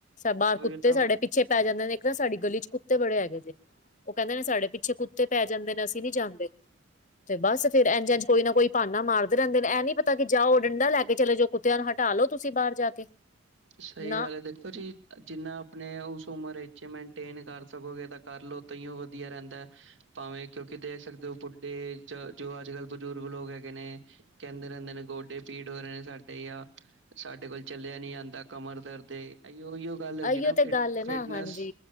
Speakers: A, on the left; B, on the right.
A: ਬਾਹਰ
B: ਉਹੀ
A: ਕੁੱਤੇ
B: ਤਾਂ
A: ਸਾਡੇ ਪੀ ਛੇ ਪੈ ਜਾਂਦੇ ਨੇ ਇੱਕ ਨਾ ਸਾਡੀ ਗਲੀ ਚ ਕੁੱਤੇ ਬੜੇ ਹੈਗੇ ਜੇ। ਉਹ ਕਹਿੰਦੇ ਨੇ ਸਾਡੇ ਪਿੱਛੇ ਕੁੱਤੇ ਪੈ ਜਾਂਦੇ ਨੇ ਅਸੀਂ ਨੀ ਜਾਂਦੇ। ਤੇ ਬਸ ਫੇਰ ਇੰਝ-ਇੰਝ ਕੋਈ ਨਾ ਕੋਈ ਭਾਨਾ ਮਾਰਦੇ ਰਹਿੰਦੇ ਨੇ ਇਹ ਨੀ ਪਤਾ ਕਿ ਜਾ ਉਹ ਡੰਡਾ ਲੈ ਕੇ ਚਲੇ ਜੋ ਕੁ ਤਿਆਂ ਨੂੰ ਹਟਾ ਲੋ ਤੁਸੀਂ ਬਾਰ ਜਾ ਕੇ।
B: ਸਹੀ
A: ਨਾ
B: ਗੱਲ ਹੈ ਦੇਖੋ ਜੀ ਜਿੰਨਾ ਆਪਣੇ ਉਸ ਉਮਰ ਵਿੱਚ ਮੇਨਟੇਨ ਕਰ ਸਕੋਗੇ ਤਾਂ ਕਰਲ ਤਾਹੀ ਓ ਵਧੀਆ ਰਹਿੰਦਾ। ਭਾਵੇਂ ਕਿਉਂਕਿ ਦੇਖ ਸਕਦੇ ਹੋ ਬੁੱਢੇ ਜੋ ਅੱਜ ਕੱਲ੍ਹ ਬਜ਼ੁਰਗ ਲੋਕ ਹੈਗੇ ਨੇ ਕਹਿੰਦੇ ਰਹਿੰਦੇ ਨੇ ਗੋਡੇ ਪੀੜ ਹੋ ਰਹੇ ਨੇ ਸਾਡੇ ਜਾਂ ਸਾਡੇ ਕੋਲ ਚਲਿਆ ਨੀ ਜਾਂਦਾ। ਕਮਰ ਦਰਦ ਏ ਆਈਓ ਓਈਓ ਗੱਲ ਹੋ
A: ਆਈਓ
B: ਗੀ ਨਾ
A: ਤੇ
B: ਫ
A: ਗੱਲ ਹੈ ਨਾ
B: ਫਿਟਨੈਸ
A: ਹਾਂਜੀ